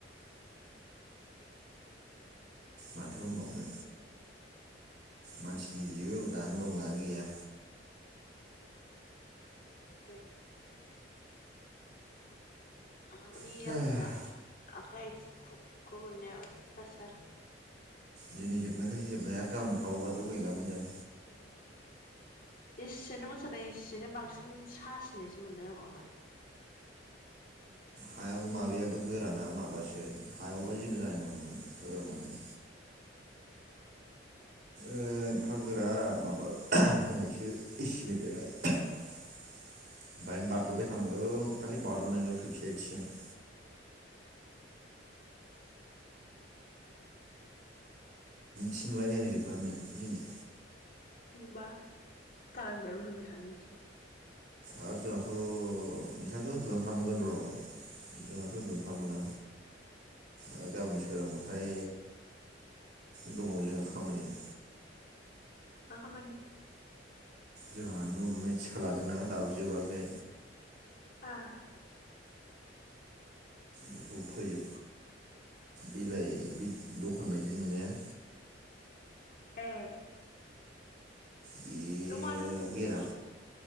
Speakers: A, on the right (about 60°); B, on the left (about 50°).
A: माथो होनबावनो मानसिनि जिउ दानो दं दानो गैया
B: <inaudible> <inaudible>
A: गैया
B: जाथारग्रा आखाइ आथिं ख्रुब ख्रुब मोननाया दसार
A: दिनै जोबनायखायसो जोबनाय आरो गामोन थाबावनायबाथ' गैलामोन जों।
B: गैलामोन जेसेनो मोनसदों एसेनो बांसिन सासिननायसो मोनदों आं माबा
A: हायाबो माबायाबो गोराना माबासो हायावबा जेबो जानाय नङामोन एफाग्राबनानै- एफा गोरा माबा होनायसो इसिमेदो दाय <unintelligible> थानांगौ खालि बारलनाय थोबसे- <inaudible> थिनलाय नांलायजोब नांगौ जोंनान
B: होमबा गामियावनो उन्दु उन्दु थानो मोनसिगोन।
A: आरो जोंहाथ' नोंसहथ' उन्दुनानै थानो मोनगोन र' जोंहाथ' उन्दुनानै थानो मोना आरो गाबोन सोरांबाथाय दङ जोंहा खामानिया
B: मा खामानि?
A: जोंहा न' लुनाय थिखा लादोंना दाबो जोबाखै।
B: एह
A: बेखौ फोयो। बिलाइ बे दखान बायदि नुनाया-
B: ए
A: बेयो
B: बेयाव मा दोनगौमोन
A: बेरा
B: लाय?